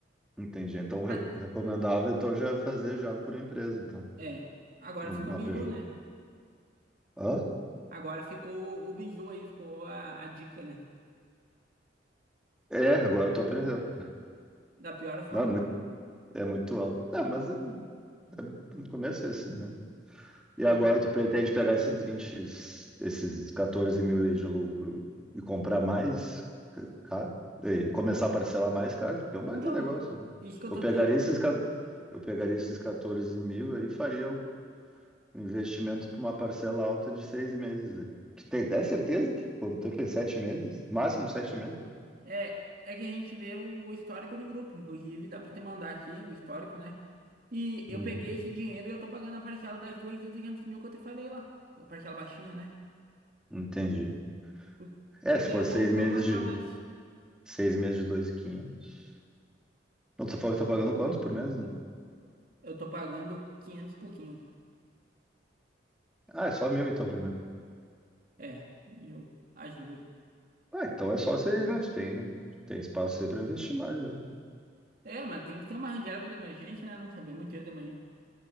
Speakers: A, in the centre; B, on the right.
A: entendi. Então, o re-
B: Ah,
A: recomendável então, já é fazer já por empresa, então,
B: É. Agora
A: numa
B: ficou o Biju,
A: PJ.
B: né?
A: Hã?
B: Agora ficou o Biju aí, ficou a, a dica, né?
A: É, agora tu aprendeu.
B: Da pior forma.
A: Não, é muito, é muito alto. Tá, mas eu não- é- no começo é assim mesmo. E
B: E
A: agora tu pretende pegar esses vinte, esses 14 mil aí de lucro e comprar mais caro? E começar a parcelar mais caro? Porque é um baita
B: então,
A: negócio. né?
B: isso que eu
A: Eu
B: tô
A: pegaria
B: te
A: esses, ca- eu pegaria esses 14 mil aí e faria um investimento para uma parcela alta de seis meses. aí. Que tem, é certeza que quanto tempo em sete meses? Máximo sete meses?
B: É, é que a gente vê o histórico do grupo, inclusive dá pra te mandar aqui o histórico, né? E eu
A: Uhum.
B: peguei esse dinheiro e eu tô pagando a parcela das duas de 200 mil que eu te falei lá. A parcela baixinha, né?
A: Entendi.
B: Por-
A: É,
B: Porque
A: se for
B: eu
A: seis
B: consigo
A: meses
B: aguentar
A: de.
B: mais.
A: Seis meses de 2.500. Não, tu falou que tá pagando quantos por mês?
B: Eu tô pagando 500 e pouquinho, cara.
A: Ah, é só mil então por mês.
B: É, mil, as duas, né?
A: Ah, então é só seis meses. Tu Tem, tem espaço aí pra investir mais, né?
B: É, mas tem que ter uma reserva de emergência, né? Não sabemos o dia de manhã.